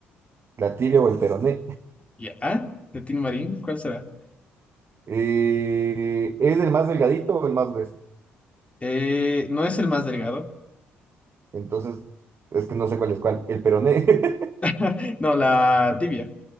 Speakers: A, on the right; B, on the left.
A: La tibia o el peroné.
B: Ya. Ah, De Tin Marín, ¿cuál será?
A: Eh, ¿es el más delgadito o el más grueso?
B: Eh, no es el más delgado.
A: Entonces, es que no sé cuál es cuál. El peroné, <laughs>
B: <laughs> No, la tibia.